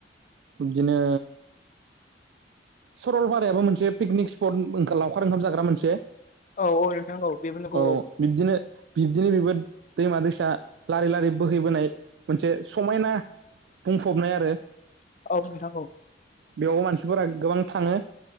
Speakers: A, on the right; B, on the left.
A: बिदिनो। सरलपारायाबो मोनसे पिकनिक स्पट ओंखार लावखार ओंखाम जाग्रा मोनसे।
B: औ औ नोंथां बेबो नंगौ
A: औ बिबदिनो बिब्दिनो बिबो। दैमा दैसा लारि लारि बोहैबोनाय मोनसे समायना बुंफबनाय आरो।
B: औ औ नोंथां औ
A: बेयाव मानसिफोरा गोबां थाङो।